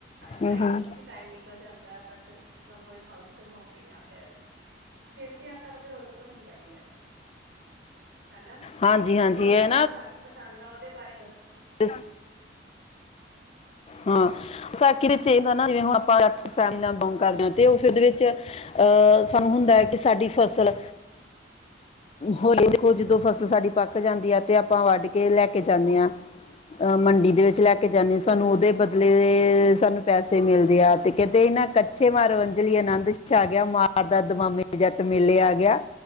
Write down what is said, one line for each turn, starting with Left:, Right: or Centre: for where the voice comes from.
Right: ਨਾਈਟ
Left: ਹੂੰ ਹੂੰ
Right: ਸੂਟ ਟਾਈਮ ਨਿਕਲ ਜਾਂਦਾ ਪਰ ਜਦ ਕੋਈ ਫੰਕਸ਼ਨ ਫ ਹੋਵੇ ਜਾਂ ਫਿਰ ਦਿਨ ਤਿਉਹਾਰ ਹੋਵੇ ਉਦੋ ਤਾਂ ਹੁੰਦਾ ਹੀ ਹੈ। ਹਨਾ
Left: ਹਾਂਜੀ ਹਾਂਜੀ
Right: ਹੋਰ ਤੁਹਾਨੂੰ
Left: ਇਹ
Right: ਵਿਸਾਖੀ ਪਸੰਦ ਆ ਉਹਦੇ ਬਾਰੇ ਦੱਸੋ।
Left: ਦਸ <unintelligible> ਹਾਂ ਵਿਸਾਕੀ ਵਿੱਚ ਇਹ ਹ ਜਿਵੇਂ ਹੁ ਆਪਾਂ ਫੈਮਿਲੀ ਬਿਲੋਂਗ ਕਰਦੇ ਹਾਂ ਤੇ ਉਹ ਫਿਰ ਉਹਦੇ ਵਿੱਚ ਅਹ ਸਾਨੂੰ ਹੁੰਦਾ ਹੈ। ਕਿ ਸਾਡੀ ਫ਼ਸਲ ਹੋ ਦੇਖੋ ਜਦੋਂ ਫ਼ਸਲ ਸਾਡੀ ਪੱਕ ਜਾਂਦੀ ਆ ਤੇ ਆਪਾਂ ਵੱਢ ਕੇ ਲੈ ਕੇ ਜਾਂਦੇ ਹਾਂ। ਅਹ ਮੰਡੀ ਦੇ ਵਿੱਚ ਲੈ ਕੇ ਜਾਂਦੇ ਹਾਂ ਸਾਨੂੰ
Right: ਹੂੰ
Left: ਉਹਦੇ ਬਦਲੇ ਤੇ ਸਾਨੂੰ ਪੈਸੇ ਮਿਲਦੇ ਆ ਤੇ ਕਿੰਤੇ ਇਹਨਾਂ ਕਛੇ ਮਾਰ ਵੰਝਲੀ ਆਨੰਦ ਛ ਆ ਗਿਆ ਮ ਦਾ ਦਮਮੇ ਜੱਟ ਮੇਲੇ ਆ ਗਿਆ